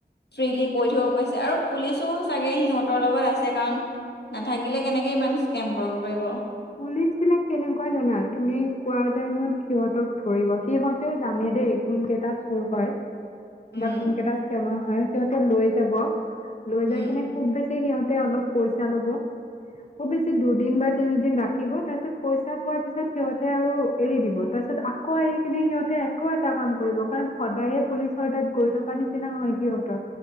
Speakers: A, on the left; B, on the left.
A: ফ্ৰীলি কৈ থব পাৰিছে আৰু পুলিচো চাগে সিহঁতৰ লগত আছে কাৰণ, নাথাকিলে কেনেকে ইমান স্কেম কৰিব পাৰিব।
B: পুলিচ বিলাক কেনেকুৱা জানা তুমি কোৱাৰটাইমত সিহঁতক ধৰিব সিহঁতেও জানে দেই কোনকেইটা চোৰ হয়।
A: উম
B: বা কোনকেইটা স্কেমাৰ হয়। সিহঁতে লৈ যাব। লৈ
A: উম
B: যায় কিনে খুব বেছি। সিহঁতে অলপ পইচা লব, খুব বেছি দুদিন বা তিনিদিন ৰাখ। ৰাখিব তাৰ পিচত পইচা পোৱাৰ পিছত সিহত। তে আৰু এৰি দিব তাৰপিছত আ। ক আহি কিনে সিহঁতে একো এটা কাম কৰিব কাৰণ সদায়ে পুলিচৰ তাত গৈ থকা নিচিনা হয় সিহঁতৰ